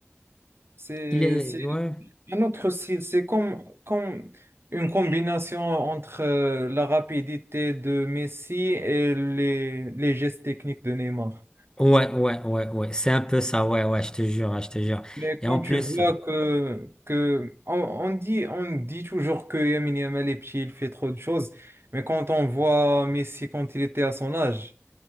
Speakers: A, on the right (about 60°); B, on the left (about 15°).
A: C'est,
B: il est,
A: c'est
B: ouais.
A: un autre style. C'est comme, comme une combination entre euh, la rapidité de Messi et les, les gestes techniques de Neymar.
B: Ouais, ouais, ouais, ouais. C'est un peu ça, ouais, ouais, je te jure, ouais, je te jure.
A: Mais
B: Et
A: quand
B: en plus,
A: tu vois que, que on, on dit, on dit toujours que Lamine Yamal est petit, il fait trop de choses, mais quand on voit Messi quand il était à son âge,